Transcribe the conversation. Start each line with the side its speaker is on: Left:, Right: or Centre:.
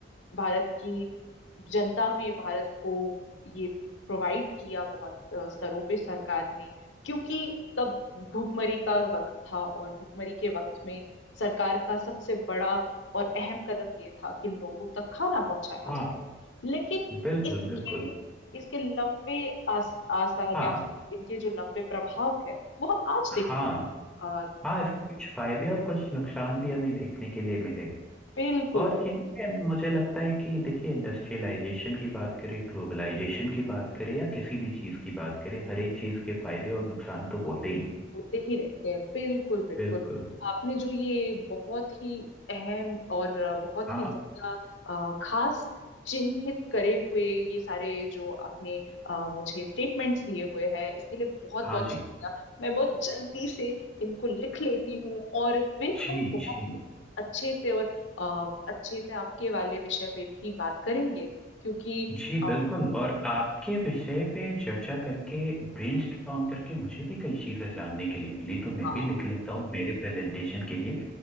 Left: भारत की जनता में भारत को ये प्रोवाइड किया बहुत अ, स्तरों पे सरकार ने क्योंकि तब भुखमरी का वक्त था और भुखमरी के वक्त में सरकार का सबसे बड़ा और अहम कदम ये था कि लोगों तक खाना पहुंचाया
Centre: हाँ
Left: जाए लेकिन
Centre: बिल्कुल
Left: इसके
Centre: बिल्कुल
Left: इसके लंबे आस, आसार
Centre: हाँ
Left: या इनके जो लंबे प्रभाव है वो हम आज
Centre: हाँ
Left: देखने अ,
Centre: हाँ इसके कुछ फायदे और कुछ नुकसान भी हमें देखने के लिए मिले
Left: बिल्कुल
Centre: और ये मुझे लगता है कि देखिए इंडस्ट्रियलाइजेशन की बात करें ग्लोबलाइजेशन की बात करें या किसी भी चीज़ की बात करें हर एक चीज़ के फायदे और नुकसान तो होते ही हैं
Left: मुझे ही रहते हैं बिल्कुल बिल्कुल
Centre: बिल्कुल
Left: आपने जो ये बहुत ही अहम और बहुत
Centre: हाँ
Left: ही ज्यादा अ, खास चिन्हित करे हुए ये सारे जो आपने अ, मुझे स्टेटमेंट्स दिए हुए हैं इसके लिए बहुत
Centre: हाँ
Left: बहुत
Centre: जी
Left: शुक्रिया मैं बहुत जल्दी से इनको लिख लेती हूँ और फिर
Centre: जी
Left: हम बहुत
Centre: जी
Left: ही अच्छे से और अ, अच्छे से आपके वाले विषय पे भी बात करेंगे क्योंकि
Centre: जी
Left: अ,
Centre: बिल्कुल और आपके विषय पे चर्चा करके ब्रेनस्टॉर्म करके मुझे भी कई चीज़ें जानने के लिए मिली
Left: हाँ,
Centre: तो मैं भी लिख लेता हूँ मेरे प्रेजेंटेशन के लिए